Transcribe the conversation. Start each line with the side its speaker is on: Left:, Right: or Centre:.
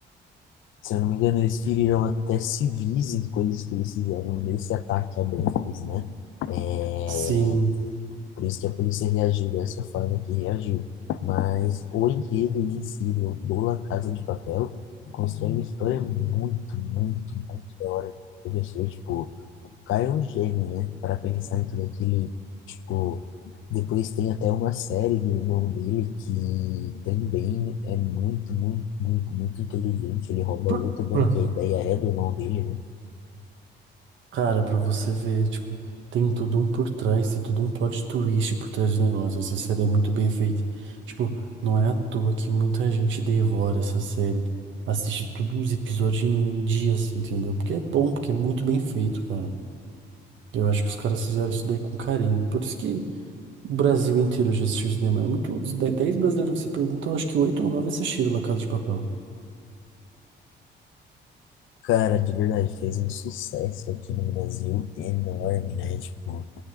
Left: se eu não me engano, eles feriram até civis em coisas que eles fizeram nesse ataque a bancos, né? É,
Right: Sim.
Left: Por isso que a polícia reagiu dessa forma que reagiu. Mas o enredo em si né, do La Casa de Papel constrói uma história muito, muito, muito da hora. O professor, tipo, o cara é um gênio, né? Para pensar em tudo aquilo, tipo, depois tem até uma série do irmão dele que também é muito, muito, muito, muito inteligente. Ele rouba
Right: <clears throat>
Left: outra, né? Que a ideia é do irmão dele, né?
Right: Cara, pra você ver, tipo, tem tudo um por trás, tem tudo um plot twist por trás do negócio. Essa série é muito bem feita. Tipo, não é à toa que muita gente devora essa série. Assiste todos os episódios em dias, entendeu? Porque é bom, porque é muito bem feito, cara. Eu acho que os caras fizeram isso daí com carinho. Por isso que o Brasil inteiro já assistiu isso daí, mas é muito. Os de- 10 brasileiros que você pergunta, eu acho que oito ou nove assistiram La Casa de Papel.
Left: Cara, de verdade, fez um sucesso aqui no Brasil enorme, né? Tipo,